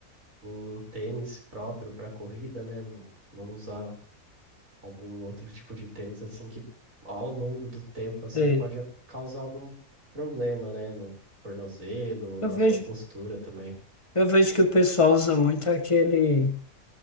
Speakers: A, on the right; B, on the left.
A: um tênis próprio para corrida, né? Não, não usar algum outro tipo de tênis assim que ao longo do tempo assim
B: sei.
A: pode a- causar algum problema, né, no tornozelo,
B: Eu
A: na
B: vejo,
A: sua postura também.
B: eu vejo que o pessoal usa muito aquele.